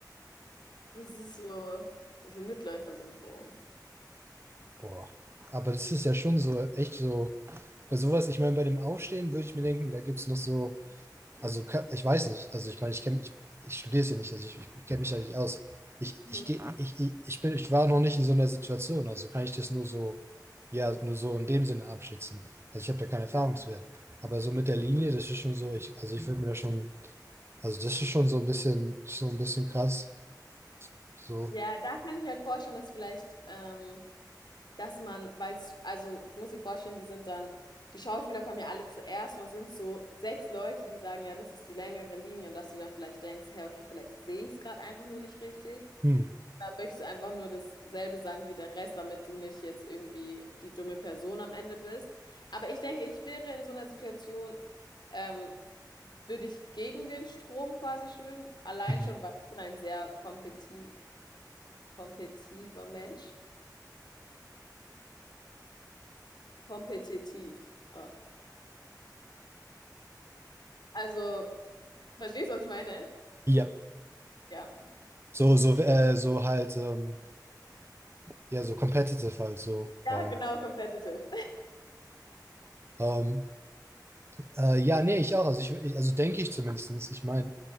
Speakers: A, on the left; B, on the right.
A: das ist so, so ein Mitläufer-Syndrom.
B: boah. Aber das ist ja schon so, echt so. bei sowas, ich meine, bei dem Aufstehen würde ich mir denken, da gibt es noch so, also ka- ich weiß nicht, also ich meine, ich kenne, ich, ich studiere es ja nicht, also ich, ich kenne mich ja nicht aus. Ich,
A: Mhm.
B: ich, geh, ich, ich, ich bin, ich war noch nicht in so einer Situation, also kann ich das nur so, ja, nur so in dem Sinne abschätzen. Also ich habe da keinen Erfahrungswert.
A: Ja.
B: Aber so mit der Linie, das ist schon so, ich, also ich würde mir da schon, also das ist schon so ein bisschen, so ein bisschen krass. So,
A: Ja, da kann ich mir halt vorstellen, dass vielleicht, ähm, dass man, weil es, also du musst dir vorstellen, die sind dann, die Schauspieler kommen ja alle zuerst und es sind so sechs Leute, die sagen, ja, das ist die längere Linie und dass du dann vielleicht denkst, hey, okay, vielleicht sehe ich es gerade einfach nur nicht richtig.
B: hm,
A: Dann möchtest du einfach nur dasselbe sagen wie der Rest, damit du nicht jetzt irgendwie die dumme Person am Ende bist. Aber ich denke, ich wäre in so einer Situation, ähm, würde ich gegen den Strom quasi schwimmen, allein
B: mhm.
A: schon, weil ich bin ein sehr kompeti Kompetiver Mensch? Kompetitiv. Ach. Also, verstehst du, was ich meine?
B: Ja.
A: Ja.
B: So, so, äh, so halt, ähm, ja, so competitive halt, so,
A: Ja,
B: ähm,
A: genau, competitive.
B: ähm, Äh, ja, nee, ich auch. Also, ich, ich- also denke ich zumindest. Ich meine,